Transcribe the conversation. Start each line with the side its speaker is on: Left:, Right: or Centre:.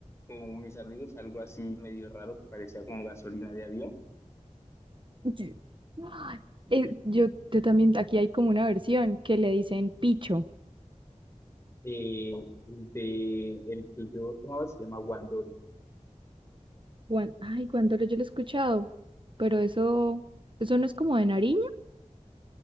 Left: con mis amigos algo así medio raro que parecía como gasolina de avión.
Right: Sí. Ay, eh, yo, yo también, aquí hay como una versión que le dicen picho.
Left: Eh, el de el que yo tomaba se llama Guandolo.
Right: Guan- ay, Guandolo yo lo he escuchado, pero eso, eso no es como de Nariño.